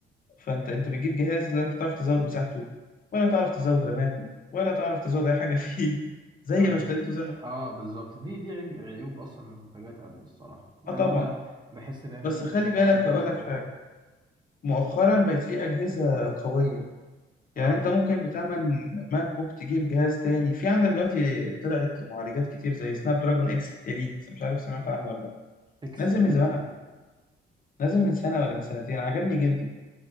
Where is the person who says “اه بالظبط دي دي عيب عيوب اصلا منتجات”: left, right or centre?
Right